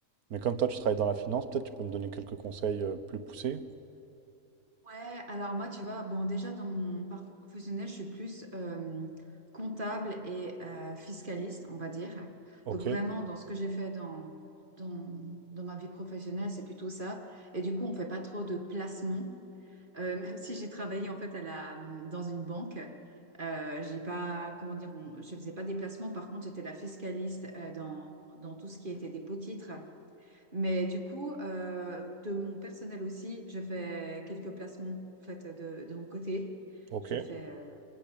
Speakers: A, on the right (about 80°); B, on the right (about 35°).
A: mais comme toi, tu travailles dans la finance, peut-être tu peux me donner quelques conseils euh, plus poussés.
B: Ouais, alors moi, tu vois, bon, déjà dans mon parcours professionnel, je suis plus euh, comptable et euh, fiscaliste, on va dire.
A: Ok,
B: Donc vraiment, dans ce que j'ai fait dans, dans, dans ma vie professionnelle, c'est plutôt ça. Et du coup, on fait pas trop de placements. Euh, <laughs> même si j'ai travaillé en fait à la, dans une banque, euh, j'ai pas, comment dire, on- je faisais pas des placements. Par contre, j'étais la fiscaliste euh, dans, dans tout ce qui était des pots-titres. Mais du coup, euh, de mon personnel aussi, je fais quelques placements en fait, de, de mon côté.
A: ok.
B: Je fais, euh,